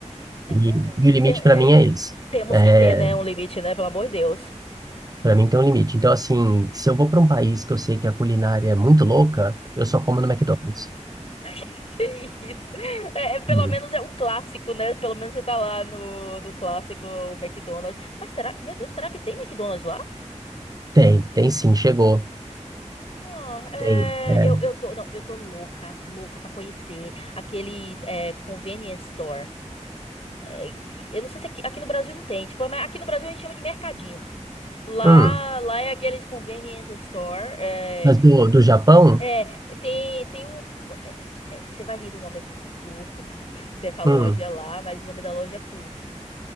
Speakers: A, on the right; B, on the left.
A: E,
B: hum,
A: e o limite
B: tem- é,
A: pra mim é esse.
B: Temos
A: É,
B: que ter, né? Um limite, né? Pelo amor de Deus.
A: para mim tem um limite. Então, assim, se eu vou pra um país que eu sei que a culinária é muito louca, eu só como no McDonald's.
B: <laughs> Que isso. É, é, pelo
A: E
B: menos é o clássico, né? Pelo menos você tá lá no, no clássico o McDonald's. Mas será, meu Deus, será que tem McDonald's lá?
A: Tem, tem sim, chegou.
B: Ah, é,
A: Tem. é.
B: eu, eu tô, não, eu tô louca, louca pra conhecer aqueles é, convenience store. é, que- Eu não sei se aqui, aqui no Brasil não tem, tipo, mas aqui no Brasil a gente chama de mercadinho. Lá,
A: Hum,
B: lá é aqueles convenience store. É,
A: mas do, do Japão?
B: é, tem, tem o. é, é, você vai rir do nome do, do- <laughs> do- dessa loja
A: Hum,
B: lá, mas o nome da loja é Cu.